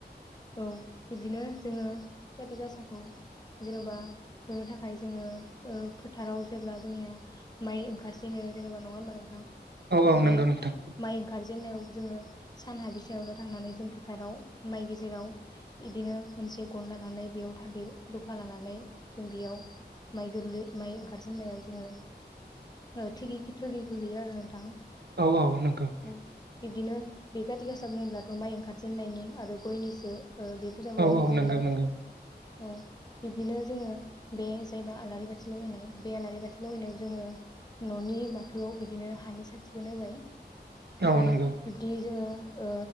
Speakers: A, on the left (about 20°); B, on the right (about 70°).
A: औ इब्दिनो जोङो खाथि गासाखौ जेन'बा होनो थाखाय जोङो ओ फोथाराव जेब्ला जोंनिया माइ ओंखारजेनो जेनबा नङा होमबा नोंथां?
B: औ औ
A: बे
B: नंगौ नोंथां
A: माइ ओंखारजेननायाव जोङो सान हाबिसोयावनो थांनानै जों फोथाराव माइ गेजेराव इदिनो मोनसे गन लानानै बेयाव थालिर दखा लानानै जों बेयाव माइ गोरलै माइ ओंखारजेननायाव जोङो ओ थोगि-थोगिखो हैयो आरो नोंथां।
B: औ औ नंगौ
A: <unintelligible> बिब्दिनो बे काति <unintelligible> बुङोब्लाथ' माइ ओंखारजेननायनि आरो गयनिसो। ओ बे फुजाखौ
B: औ
A: होनाय
B: औ
A: जायो
B: नंगौ नंगौ
A: औ बिब्दिनो जोङो बे जायबा आलारि बाथि लगायनाय बे आलारि बाथि लगायनायाव जोङो न'नि बाथौआव बिदिनो हानि साथिखोनो होबाय। ओमफ्राय
B: औ नंगौ
A: बिब्दि जोङो ओ